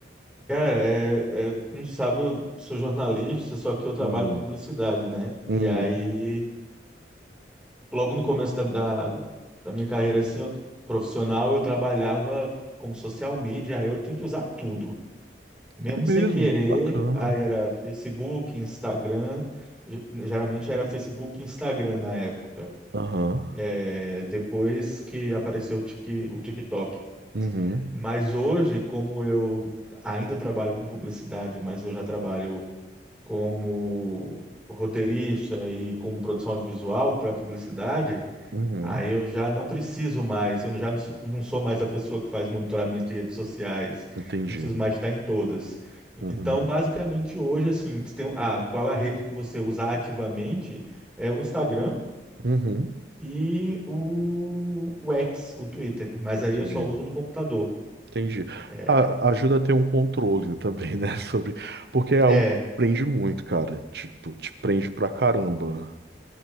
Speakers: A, in the centre; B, on the right (about 65°).
A: Cara, é, é, como tu sabe, eu sou jornalista, só que eu trabalho
B: Hum,
A: com publicidade, né?
B: uhum,
A: E aí, logo no começo da, da, da minha carreira assim, eu- profissional, eu trabalhava como social media, aí eu tinha que usar tudo, mesmo
B: É
A: sem
B: mesmo,
A: querer.
B: que bacana.
A: Aí era Facebook, Instagram, ge- geralmente era Facebook e Instagram na época.
B: Aham.
A: É, depois que apareceu o Tik- o TikTok.
B: uhum,
A: Mas hoje, como eu ainda trabalho com publicidade, mas eu já trabalho como roteirista e com produção audiovisual para publicidade,
B: uhum,
A: aí eu já não preciso mais, eu já não sou, não sou mais a pessoa que faz monitoramento de redes sociais,
B: Entendi.
A: não preciso mais estar em todas.
B: uhum,
A: Então, basicamente, hoje, assim, você tem, ah, qual é a rede que você usa ativamente? É o Instagram
B: uhum.
A: e o, o X, o Twitter, mas
B: Entendi.
A: aí eu só uso no computador.
B: Entendi.
A: é
B: A- ajuda a ter um controle também, né? <laughs> Sobre. Porque é algo
A: é,
B: que te prende muito, cara. Tipo, te prende pra caramba.